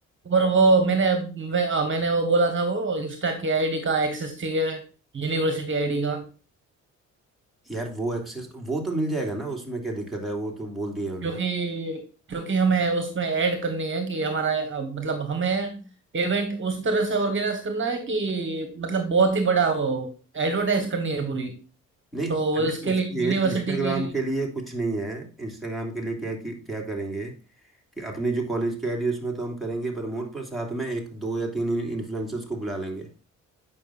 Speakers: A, on the right; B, in the centre.
A: और वो मैंने मैं, अ, मैंने वो बोला था वो इंस्टा की आईडी का एक्सेस चाहिए यूनिवर्सिटी आईडी का
B: यार वो एक्सेस वो तो मिल जाएगा ना उसमें क्या दिक्कत है वो तो बोल दिए उनको
A: क्योंकि क्योंकि हमें उसमें ऐड करनी है कि हमारा अ, मतलब हमें इवेंट उस तरह से ऑर्गेनाइज करना है कि मतलब बहुत ही बड़ा हो एडवर्टाइज करनी है पूरी
B: नहीं
A: तो
B: अरे
A: इसके
B: उस
A: लिए
B: ये
A: यूनिवर्सिटी
B: इंस्टाग्राम
A: की
B: के लिए कुछ नहीं है इंस्टाग्राम के लिए क्या कि, क्या करेंगे कि अपने जो कॉलेज की आईडी उसमें तो हम करेंगे प्रमोट पर साथ में एक दो या तीन इन्फ्लुएंसर्स को बुला लेंगे